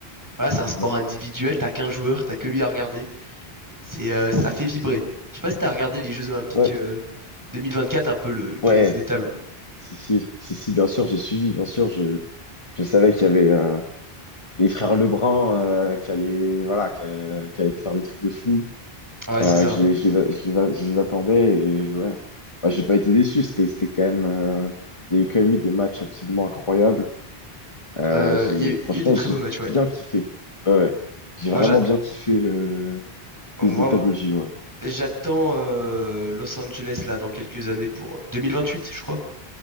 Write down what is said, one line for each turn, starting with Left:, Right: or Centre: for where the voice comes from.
Right: voilà, c'est un sport
Left: ouais,
Right: individuel. T'as qu'un joueur, t'as que lui à regarder. C'est, euh, ça fait vibrer. Je sais pas si t'as regardé les Jeux Olympiques
Left: ouais.
Right: euh, 2024, un peu le
Left: Ouais.
Right: tennis de table.
Left: Si, si, si, si, bien sûr, j'ai suivi, bien sûr, je, je savais qu'il y avait euh, les frères Lebrun euh, qui allaient, voilà, qui, euh, qui allaient faire des trucs de fou.
Right: Ouais,
Left: Euh,
Right: c'est ça.
Left: je les, je les a- je les a- je les attendais et ouais. Bah, j'ai pas été déçu. C'était, c'était quand même. euh, il y a eu quand même eu des matchs absolument incroyables. Euh,
Right: Euh,
Left: j'ai-
Right: Il y, a eu
Left: franchement,
Right: il y a eu des très
Left: j'ai
Right: beaux matchs, ouais.
Left: bien kiffé. Ouais, ouais. J'ai
Right: Moi,
Left: vraiment
Right: j'a-
Left: bien kiffé le
Right: moi,
Left: des de table au JO. ouais.
Right: J'attends euh, Los Angeles là dans quelques années pour 2028, je crois.